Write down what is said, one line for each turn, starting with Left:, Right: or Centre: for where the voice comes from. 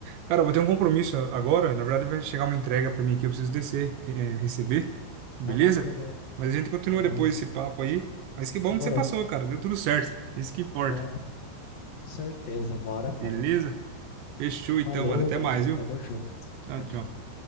Right: Cara, eu vou ter um compromisso agora. Na verdade, vai chegar uma entrega pra mim aqui, eu preciso descer, eh, receber, beleza?
Left: Vai lá pegar.
Right: Mas a gente continua
Left: Falou.
Right: depois esse papo aí. Mas que bom
Left: Demorou.
Right: que você passou, cara. Deu tudo certo. Isso que importa.
Left: É, certeza, uma hora vai,
Right: Beleza?
Left: né?
Right: Fechou então,
Left: Falou,
Right: mano. Até
Left: mano.
Right: mais, viu?
Left: Tamo junto.
Right: Tchau,
Left: Tchau,
Right: tchau.
Left: tchau.